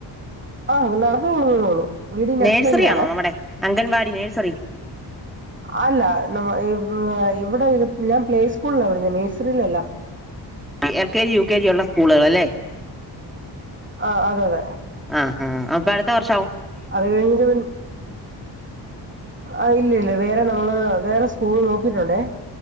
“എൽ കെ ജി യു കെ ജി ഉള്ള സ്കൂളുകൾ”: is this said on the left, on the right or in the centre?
Centre